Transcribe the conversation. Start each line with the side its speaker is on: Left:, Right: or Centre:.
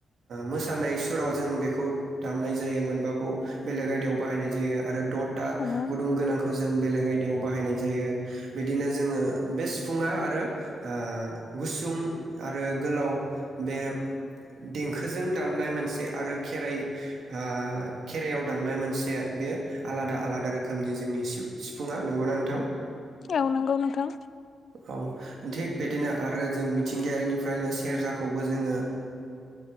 Right: मोसानाय सुराव जों बेखौ दामनाय जायो मोनबाखौ बेलेग आयदायाव बाहायनाय जायो। आरो दथा
Left: औ
Right: गुदुं गोनांखौ जों बेलेग आयदायाव बाहायनाय जायो बिदिनो जोंङो बे सिफुुंआ आरो ओ गुसुं आरो गोलाव बे देंखोजों दामनाय मोनसे आरो खेराइ ओ खेराइयाव दामनाय मोनसे बे आलादा आलादा रोखोमनि जोंनि सि सिफुंङा नंगौ ना नोंथां?
Left: औ नंगौ नोंथां
Right: औ थिग बिदिनो आरो जों मिथिंगायारिनिफ्रायनो सेरजाखौ खौबो जोंङो